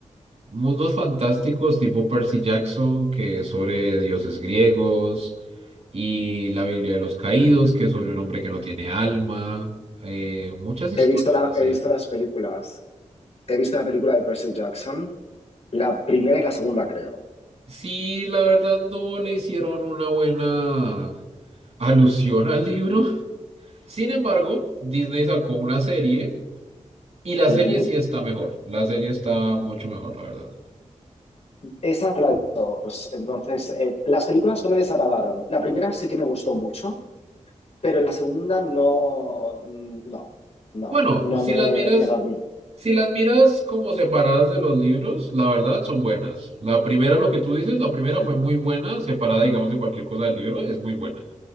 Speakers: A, on the right; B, on the left.
A: mundos fantásticos tipo Percy Jackson, que es sobre dioses griegos, y la Biblia de los Caídos, que es sobre un hombre que no tiene alma, eh, muchas historias
B: He visto la,
A: así.
B: he visto las películas. He visto la película de Percy Jackson, la primera y la segunda, creo.
A: Sí, la verdad no le hicieron una buena alusión al libro. Sin embargo, Disney sacó una serie Y la
B: Ujú.
A: serie sí está mejor, la serie está mucho mejor, la verdad.
B: Esa no la he visto. Pues, entonces, eh, las películas no me desagradaron. La primera sí que me gustó mucho, pero la segunda no, mm, no, no,
A: Bueno,
B: no
A: si
B: me,
A: las miras,
B: me dormí.
A: si las miras como separadas de los libros, la verdad son buenas. La primera, lo que tú dices, la primera
B: Ujú,
A: fue muy buena, separada, digamos, de cualquier cosa del libro, es muy buena.